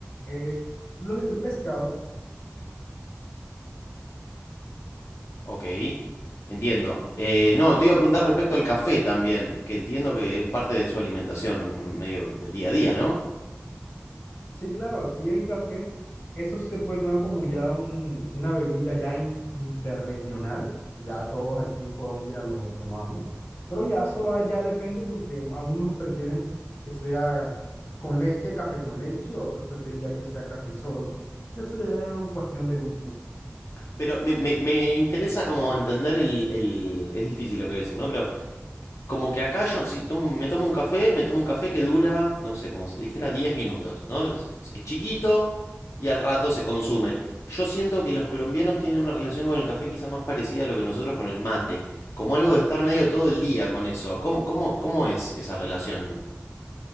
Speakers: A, on the left; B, on the left.
A: es lo- el pescado.
B: Ok, entiendo. Eh, no, te iba a preguntar respecto al café también, que entiendo que es parte de su alimentación medio del día a día, ¿no?
A: Sí, claro, aquí el café, eso sí se puede tomar como ya un- una bebida ya in- interregional, ya todos aquí en Colombia lo tomamos, pero ya eso va, ya depende porque a unos prefieren que sea con leche, café con leche, otros prefieren ya que sea café solo, y eso ya es en cuestión de gustos.
B: Pero me, me- me interesa como entender el, el- Es difícil lo que voy a decir, ¿no? Pero como que acá yo, si tomo- me tomo un café, me tomo un café que dura, no sé, como si dijera 10 minutos, ¿no? Es, es chiquito y al rato se consume. Yo siento que los colombianos tienen una relación con el café quizá más parecida a lo que nosotros con el mate, como algo de estar medio todo el día con eso. ¿Cómo, cómo, cómo es esa relación?